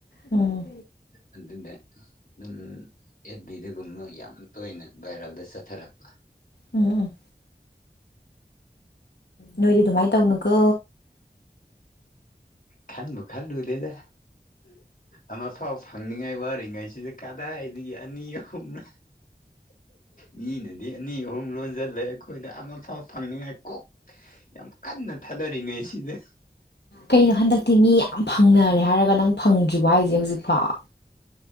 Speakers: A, on the left; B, on the left.
A: ꯑꯣ
B: ꯑꯗꯨꯅꯦ ꯑꯗꯨꯝ ꯑꯦꯠꯕꯤꯗꯒꯨꯝꯕ ꯌꯥꯝ ꯇꯣꯏꯅ ꯚꯥꯏꯔꯦꯜꯗ ꯆꯠꯊꯔꯛꯄ
A: ꯎꯝ ꯎꯝ ꯅꯣꯏꯗꯤ ꯑꯗꯨꯃꯥꯏꯟ ꯇꯧꯅꯨꯀꯣ
B: ꯈꯥꯟꯕꯨ ꯈꯜꯂꯨꯗꯦꯗ ꯑꯃꯐꯥꯎ ꯐꯪꯅꯤꯡꯉꯥꯏ ꯋꯥꯔꯤꯉꯩꯁꯤꯗ ꯀꯗꯥꯏꯗꯒꯤ ꯑꯅꯤ ꯑꯍꯨꯝꯔ ꯃꯤꯅꯗꯤ ꯑꯅꯤ ꯑꯍꯨꯝ ꯂꯣꯟꯖꯜꯂꯦ ꯑꯩꯈꯣꯏꯗ ꯑꯃꯐꯥꯎ ꯐꯪꯅꯤꯡꯉꯥꯏ ꯀꯣꯛ ꯌꯥꯝ ꯀꯟꯅ ꯊꯥꯗꯔꯤꯉꯩ ꯁꯤꯗ
A: ꯀꯩꯅꯣ ꯍꯟꯗꯛꯇꯤ ꯃꯤ ꯌꯥꯝ ꯐꯪꯅꯔꯦ ꯍꯥꯏꯔꯒ ꯅꯪ ꯐꯪꯗ꯭ꯔꯤꯕ‌ꯣ ꯍꯥꯏꯖ‌ꯦ ꯍꯧꯖꯤꯛꯐꯥꯎ